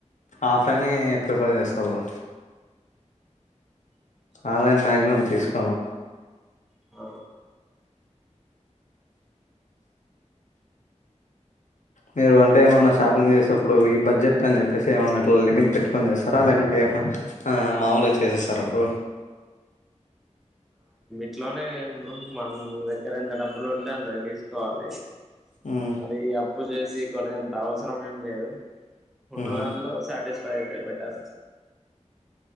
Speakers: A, on the left (about 80°); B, in the centre.
A: ఆఫ్లైన్ ఏ ప్రిఫర్ చేస్తా బ్రో
B: ఓకే
A: ఆన్లైన్ మ్యాక్సిమం తీసుకోను
B: ఆ
A: మీరు అంటే ఏమన్నా షాపింగ్ చేసేప్పుడు ఈ బడ్జెట్ అని చెప్పేసి ఏమన్నా అట్ల లిమిట్ పెట్టుకొని చేస్తారా లేకుంటే అ ఆ మామూలుగా చేసేస్తారా బ్రో
B: ఇట్లనేం బ్రో మన దగ్గర ఎంత డబ్బులు ఉంటే అంతకి తీసుకోవాలి
A: మ్మ్
B: మరి అప్పు చేసి కొనేం అవసరం ఏం లేదు ఉన్న
A: మ్మ్
B: దాంట్లో సాటిస్ఫై అయితే బెటర్